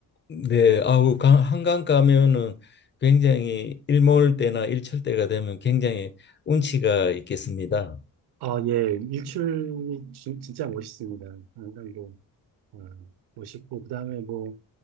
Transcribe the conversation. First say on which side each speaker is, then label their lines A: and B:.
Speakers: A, on the left; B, on the right.
A: 네, 아우 강- 한강 가면은 굉장히 일몰 때나 일출 때가 되면 굉장히 운치가 있겠습니다.
B: 아, 예, 일출이 진- 진짜 멋있습니다. 한강도 어, 멋있고 그다음에 뭐